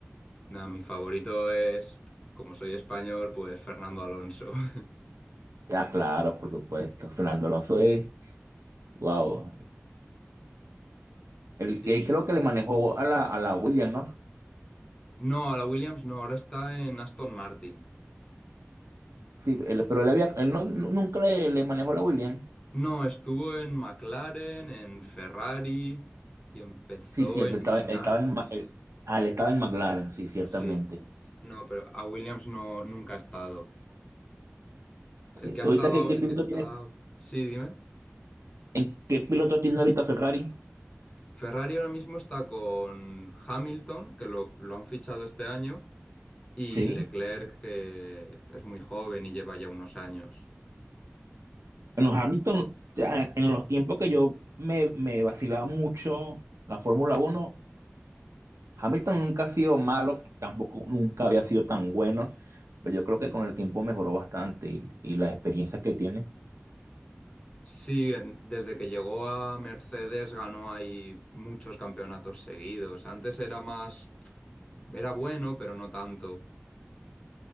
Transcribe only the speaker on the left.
Nada, mi favorito es, como soy español, pues Fernando Alonso. <laughs>
Sí.
No, a la Williams no, ahora está en Aston Martin.
No, estuvo en McLaren, en Ferrari y empezó
en
Minardi.
Sí. No, pero a Williams no, nunca ha estado. El
que ha
estado,
a- el
que está...
Sí, dime.
Ferrari ahora mismo está con Hamilton, que lo, lo han fichado este año, y
Leclerc, que es muy joven y lleva ya unos años.
Sí, en- desde que llegó a Mercedes ganó ahí muchos campeonatos seguidos. Antes era más, era bueno, pero no tanto.